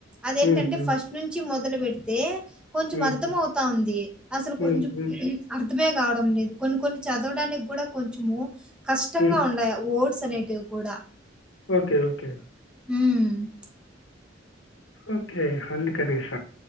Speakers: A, in the centre; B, on the left (about 70°).
A: అదేంటంటే
B: ఉమ్, ఉమ్,
A: ఫస్ట్ నుంచి మొదలు పెడితే కొంచం
B: ఉమ్,
A: అర్థం అవుతా ఉంది అసలు
B: ఉమ్,
A: కొంచెం
B: ఉమ్,
A: అర్థమే కావడం లేదు కొన్ని కొన్ని చదవడానికి కూడా కొంచెము కష్టంగా
B: ఉమ్.
A: ఉంన్నాయ్ ఓడ్స్ అనే టివి కూడా
B: ఓకే ఓకే
A: మ్
B: ఓకే అందుకనేస